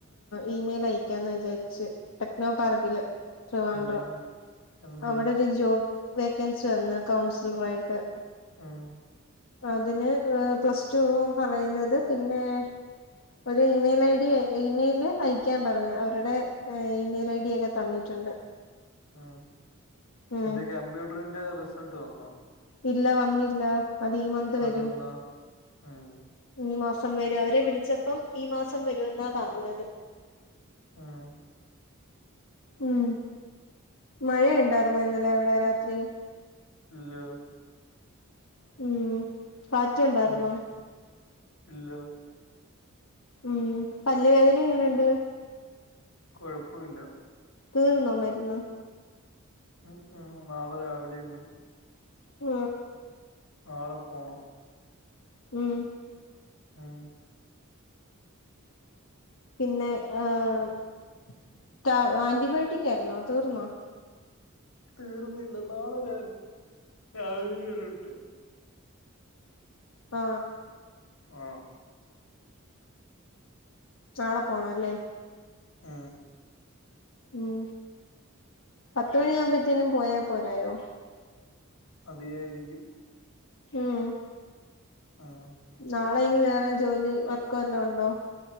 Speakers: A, on the left; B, on the left.
A: ഇമെയിൽ അയക്കാന്ന് വിചാരിച്ചു ടെക്നോ പാർക്കില് ത്രിവാഡ്രം
B: എന്തിന് എന്തിന്
A: അവിടെ ഒരു ജോബ് വേക്കൻസി വന്ന് കൗൺസിലറായിട്ട്
B: ഉം
A: അതിന് പ്ലസ് ടു പറയുന്നത് പിന്നെ ഒരു ഇമെയിൽ ഐഡി ഇമെയില് അയക്കാൻ പറഞ്ഞു അവരുടെ ഇമെയിൽ ഐഡിയൊക്കെ തന്നിട്ടുണ്ട്
B: ആ
A: ഉം
B: എന്റെ കമ്പ്യൂട്ടറിന്റെ റിസൾട്ട് വന്നോ
A: ഇല്ല വന്നില്ല അത് ഈ മന്ത് വരും
B: അതെന്നാ ഉം
A: ഈ മാസ മാസം വരും അവരെ വിളിച്ചപ്പം ഈ മാസം വരൂവെന്നാ പറഞ്ഞത്
B: ഉം
A: ഉം മഴയുണ്ടാർന്നോ ഇന്നലെ അവിടെ രാത്രി
B: ഇല്ല
A: ഉം കാറ്റുണ്ടായിരുന്നോ
B: ഉം ഇല്ല
A: ഉം പല്ല് വേദന എങ്ങനെണ്ട്
B: കൊഴപ്പമില്ല
A: തീർന്നോ മരുന്ന്
B: ഉം ഉം നാളെ രാവിലെയും കൂടി
A: ആ
B: നാളെ പോണം
A: ഉം
B: മ്മ്
A: പിന്നെ ഏ ആന്റിബയോട്ടിക് ആയിരുന്നോ തീർന്നോ
B: തീർന്നില്ല നാളെ രാ രാവിലെ വരെ ഉണ്ട്
A: ആ
B: ആ
A: നാളെ പോണല്ലേ
B: ആ
A: ഉം പത്തുമണിയാവുമ്പോത്തേനും പോയാ പോരായോ
B: മതിയായിരിക്കും
A: ഉം
B: ആഹ്
A: നാളെ ഇനി വേറെ ജോലി വർക്കുവല്ലോ ഉണ്ടോ